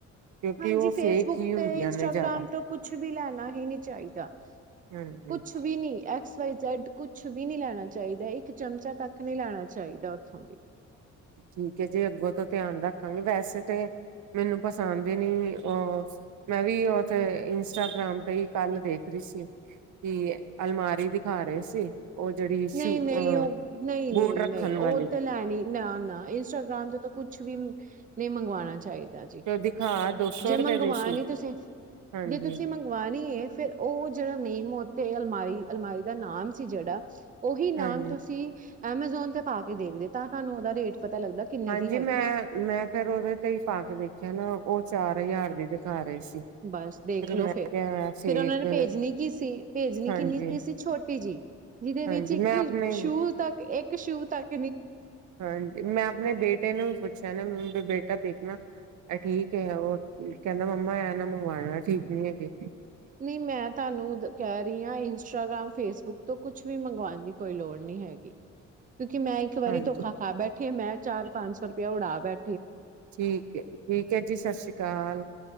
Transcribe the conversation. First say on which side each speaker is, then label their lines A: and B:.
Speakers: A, on the right (about 75°); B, on the right (about 25°).
A: ਕਿਉਂਕਿ
B: ਹਾਂਜੀ,
A: ਉਹ
B: ਫੇਸਬੁੱਕ
A: ਫੇਕ ਹੀ ਹੁੰਦੀਆਂ
B: ਤੇ ਇੰਸਟਾਗ੍ਰਾਮ
A: ਨੇ ਜ਼ਿਆਦਾ
B: ਤੋਂ ਕੁਛ ਵੀ ਲੈਨਾ ਹੀ ਨੀ ਚਾਹੀਦਾ।
A: ਹਾਂਜੀ
B: ਕੁਛ ਵੀ ਨਈੰ ਏ ਐਕਸ, ਵਾਪਸ, ਜੈਡ ਕੁਛ ਵੀ ਨਹੀਂ ਲੈਣਾ ਚਾਹੀਦਾ, ਇੱਕ ਚਮਚਾ ਤੱਕ ਨਹੀਂ ਲੈਣਾ ਚਾਹੀਦਾ ਉੱਥੋਂ।
A: ਠੀਕ ਹੈ ਜੀ, ਅੱਗੋਂ ਤੋਂ ਧਿਆਨ ਰੱਖਾਂਗੇ ਵੈਸੇ ਤੇ, ਮੈਨੂੰ ਪਸੰਦ ਹੀ ਨਹੀਂ, ਉਹ ਮੈਂ ਵੀ ਉਥੇ ਇੰਸਟਾਗ੍ਰਾਮ ਤੇ ਹੀ ਕੱਲ ਦੇਖ ਰਹੀ ਸੀ ਕਿ ਅਲਮਾਰੀ ਦਿਖਾ ਰਹੇ ਸੀ। ਉਹ ਜਿਹੜੀ ਸ਼ੂ
B: ਨਹੀਂ-ਨਹੀਂ
A: ਅ
B: ਉਹ ਨਹੀਂ-ਨਹੀਂ-ਨਹੀਂ
A: ਬੂਟ ਰੱਖਣ ਵਾਲੀ
B: ਉਹ ਤੇ ਲੈਣੀ ਨਾ-ਨਾ ਇੰਸਟਾਗ੍ਰਾਮ ਤੇ ਤਾਂ ਕੁੱਛ ਵੀ ਨਹੀਂ ਮੰਗਵਾਉਣਾ ਚਾਹੀਦਾ ਜੀ,
A: ਤੇ ਉਹ ਦਿਖਾ ਦੋ ਸੌ
B: ਜੇ
A: ਰੁਪਏ
B: ਮੰਗਵਾਣੀ
A: ਦੀ ਸੀ
B: ਤੁਸੀਂ
A: ਹਾਂਜੀ
B: ਜੇ ਤੁਸੀਂ ਮੰਗਵਾਣੀ ਏ ਫੇਰ ਉਹ ਜਿਹੜਾ ਨਹੀਂ ਤੇ ਅਲਮਾਰੀ-ਅਲਮਾਰੀ ਦਾ ਨਾਮ ਸੀ ਜਿਹੜਾ ਉਹੀ ਨਾਮ
A: ਹਾਂਜੀ
B: ਤੁਸੀਂ ਐਮਾਜੋਨ ਤੇ ਪਾ ਕੇ ਦੇਖਦੇ, ਤਾਂ ਤੁਹਾਨੂੰ ਉਹਦਾ ਰੇਟ ਪਤਾ ਲੱਗਦਾ ਕਿੰਨੇ
A: ਹਾਂਜੀ
B: ਦੀ ਹੈਗੀ
A: ਮੈਂ-ਮੈਂ
B: ਹੈ
A: ਫੇਰ ਉਹਦੇ ਤੇ ਹੀ ਪਾ ਕੇ ਦੇਖਿਆ ਨਾ ਉਹ ਚਾਰ -ਹਜ਼ਾਰ ਦੀ ਦਿਖਾ ਰਹੇ ਸੀ।
B: ਬਸ ਦੇਖਲੋ
A: ਮੈਂ
B: ਫੇਰ,
A: ਕਿਹਾ ਫੇਕ
B: ਫਿਰ ਉਹਨਾਂ ਨੇ ਭੇਜਣੀ ਕੀ ਸੀ ਭੇਜਣੀ
A: ਹਾਂਜੀ
B: ਕਿੰਨੀ ਕੀ ਸੀ, ਛੋਟੀ ਜਿਹੀ ਜਿਹਦੇ ਵਿੱਚ
A: ਹਾਂਜੀ
B: ਇੱਕ
A: ਮੈਂ ਆਪਣੇ
B: ਸ਼ੂ ਤੱਕ ਇੱਕ ਇਕ ਸ਼ੂ ਤਕ
A: ਹਾਂਜੀ, ਮੈਂ ਆਪਣੇ ਬੇਟੇ ਨੂੰ ਵੀ ਪੁੱਛਿਆ ਨਾ ਬੇਟਾ ਦੇਖਣਾ ਇਹ ਠੀਕ ਹੈ, ਉਹ ਕਹਿੰਦਾ ਮੰਮਾ ਐ ਨਾ ਮੰਗਵਾਉਣਾ ਠੀਕ ਨੀ ਹੈਗੇ।
B: ਨਹੀਂ ਮੈਂ ਤੁਹਾਨੂੰ ਕਹਿ ਰਹੀ ਹਾਂ। ਇੰਸਟਾਗ੍ਰਾਮ ਫੇਸਬੁੱਕ ਤੋਂ ਕੁਛ ਵੀ ਮੰਗਾਣ ਦੀ ਕੋਈ ਲੋੜ ਨਹੀਂ ਹੈਗੀ। ਕਿਉਂਕਿ ਮੈਂ ਇੱਕ ਵਾਰੀ
A: ਹਾਂਜੀ
B: ਧੋਖਾ ਖਾ ਬੈਠੇ ਮੈਂ ਚਾਰ ਪੰਜ ਸੌ ਰੁਪਆ ਉਡਾ ਬੈ
A: ਠੀਕ ਹੈ ਠੀਕ ਹੈ ਜੀ ਸਤਿ ਸ੍ਰੀ ਅਕਾਲ।